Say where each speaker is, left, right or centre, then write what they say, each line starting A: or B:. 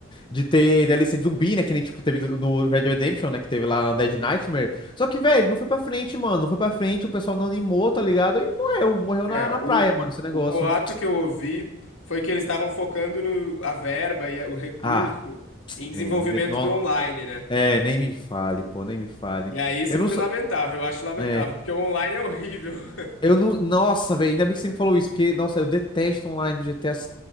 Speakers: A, on the left; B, on the left.
A: de ter DLC de zumbi, né, que nem, tipo, teve do- no Red Dead Redemption, né, que teve lá na Dead Nightmare, só que, velho, não foi pra frente, mano, não foi pra frente, o pessoal não animou, tá ligado, e morreu, morreu
B: É,
A: na, na
B: o,
A: praia, mano, esse negócio.
B: o boato que eu ouvi foi que eles estavam focando no, a verba e a- o recurso
A: Ah,
B: em desenvolvimento
A: né, no jeito, não,
B: do online, né?
A: é, nem me fale, pô, nem me fale.
B: E aí isso
A: Eu
B: foi
A: não sou,
B: lamentável, eu acho lamentável,
A: é,
B: porque o online é horrível. <laughs>
A: Eu não. Nossa, velho, ainda bem que você me falou isso, porque, nossa, eu detesto online do GTA V.